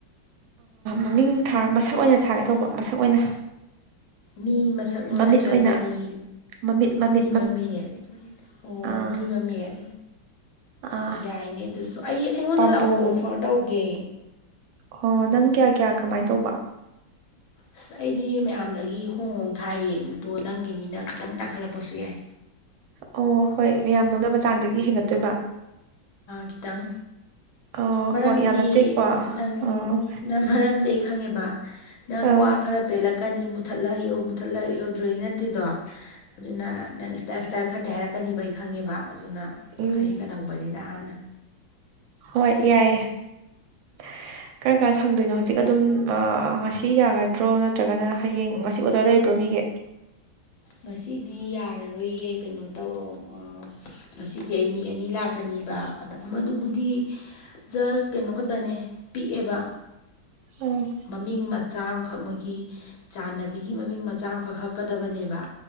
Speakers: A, on the right; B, on the left.
A: ꯃꯃꯤꯡ ꯊꯥ ꯃꯁꯛ ꯑꯣꯏꯅ ꯊꯥꯔꯦ ꯇꯧꯕ ꯃꯁꯛ ꯑꯣꯏꯅ
B: ꯃꯤ ꯃꯁꯛꯂꯣ
A: ꯃꯃꯤꯠ
B: ꯅꯠꯇ꯭ꯔꯒ
A: ꯑꯣꯏꯅ
B: ꯀꯔꯤ
A: ꯃꯃꯤꯠ ꯃꯃꯤꯠ
B: ꯃꯤ ꯃꯃꯤꯠ ꯑꯣ
A: ꯑꯥ
B: ꯃꯤ ꯃꯃꯤꯠ
A: ꯑꯥ
B: ꯌꯥꯏꯅꯦ ꯑꯗꯨꯁꯨ ꯑꯩ ꯑꯩꯉꯣꯟꯗ
A: ꯄꯥꯝꯕꯣꯝ
B: ꯂꯥꯛꯑꯣ ꯑꯣꯐꯔ ꯇꯧꯒꯦ
A: ꯑꯣ ꯅꯪ ꯀꯌꯥ ꯀꯌꯥ ꯀꯃꯥꯏꯅ ꯇꯧꯕ
B: ꯑꯁ ꯑꯩꯗꯤ ꯃꯌꯥꯝꯗꯒꯤ ꯍꯣꯡ ꯍꯣꯡ ꯊꯥꯏꯗꯣ ꯅꯪꯒꯤꯅꯤꯅ ꯈꯤꯇꯪ ꯇꯥꯡꯈꯠꯂꯛꯄꯁꯨ ꯌꯥꯏ
A: ꯑꯣ ꯍꯣꯏ ꯃꯌꯥꯝ ꯅꯣꯝꯅꯕ ꯆꯥꯡꯗꯒꯤ ꯍꯦꯟꯒꯠꯇꯣꯏꯕ
B: ꯈꯤꯇꯪ
A: ꯑꯣ
B: ꯃꯔꯝꯗꯤ
A: ꯍꯣꯏ ꯌꯥꯝ ꯅꯠꯇꯦꯀꯣ ꯑꯣ
B: ꯅꯪ ꯅꯪ ꯃꯔꯝꯗꯤ ꯑꯩ ꯈꯪꯉꯦꯕ ꯅꯪ
A: ꯑ
B: ꯋꯥ ꯈꯔ ꯄꯦꯜꯂꯛꯀꯅꯤ ꯃꯨꯠꯊꯠꯂꯛꯏꯑꯣ ꯃꯨꯠꯊꯠꯂꯛꯏꯑꯣ ꯗ꯭ꯔꯣꯋꯤꯡ ꯅꯠꯇꯦꯗꯣ ꯑꯗꯨꯅ ꯅꯪ ꯏꯁꯇꯥꯏꯜ ꯏꯁꯇꯥꯏꯜ ꯈꯔꯗꯤ ꯍꯥꯏꯔꯛꯀꯅꯤꯕ ꯑꯩ ꯈꯪꯉꯦꯕ ꯑꯗꯨꯅ꯫
A: ꯎꯝ
B: ꯈꯔ ꯍꯦꯟꯒꯠꯍꯧꯕꯅꯤꯗ ꯍꯥꯟꯅ꯫
A: ꯍꯣꯏ ꯌꯥꯏꯌꯦ꯫ ꯀꯔꯝ ꯀꯥꯟꯗ ꯁꯪꯗꯣꯏꯅꯣ ꯍꯧꯖꯤꯛ ꯑꯗꯨꯝ ꯉꯁꯤ ꯌꯥꯒꯗ꯭ꯔꯣ ꯅꯠꯇ꯭ꯔꯒꯅ ꯍꯌꯦꯡ ꯉꯁꯤ ꯑꯣꯗꯔ ꯂꯩꯕ꯭ꯔꯣ ꯃꯤꯒꯤ
B: ꯉꯁꯤꯗꯤ ꯌꯥꯔꯔꯣꯏꯌꯦ ꯀꯩꯅꯣ ꯇꯧꯔꯣ ꯉꯁꯤꯗꯤ ꯑꯩ ꯃꯤ ꯑꯅꯤ ꯂꯥꯛꯀꯅꯤꯕ ꯑꯗ ꯑꯃꯗꯨꯕꯨꯗꯤ ꯖꯁ ꯀꯩꯅꯣ ꯈꯛꯇꯅꯦ ꯄꯤꯛꯑꯦꯕ꯫
A: ꯎꯝ
B: ꯃꯃꯤꯡ ꯃꯆꯥ ꯑꯃꯈꯛ ꯃꯣꯏ ꯑꯩꯈꯣꯏꯒꯤ ꯆꯥꯟꯅꯕꯤꯒꯤ ꯃꯃꯤꯡ ꯃꯆꯥ ꯑꯃꯈꯛ ꯍꯛꯀꯗꯕꯅꯦꯕ